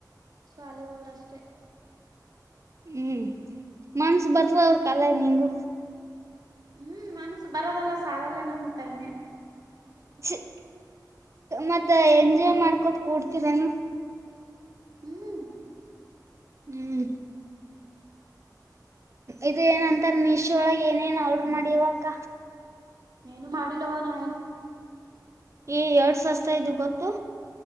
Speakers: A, on the right; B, on the right.
A: ಸಾಲಿಗೆ ಹೋದ್ರಷ್ಟೇ.
B: ಹ್ಮ್ ಮನ್ಸ್ ಬರ್ತವ ಅವ್ರ ಕಾಲಗ್ ನಿಂಗು.
A: ಹ್ಮ್ ಮನಸು ಬರದಲ್ಲ ಸಾಲಲ್ಲ ನಮ್ಗ್ ಟೈಮೆ.
B: ಕ್ಷ್ ಮತ್ತ
A: ಹ್ಮ್
B: ಎಂಜಾಯ್ ಮಾಡ್ಕೋತ್ ಕೂಡ್ತೀರೆನು.
A: ಹ್ಮ್
B: ಹ್ಮ್ ಇದು ಏನಂತಾರ ಮೀಶೋ ಒಳಗೆ ಏನೇನ್ ಆಡ್ರು ಮಾಡಿವಕ್ಕ.
A: ಏನು ಮಾಡಿಲ್ಲವ ನಾ ಏನು.
B: ಏ ಎಷ್ಟ್ ಸಸ್ತ ಇದು ಗೊತ್ತಾ.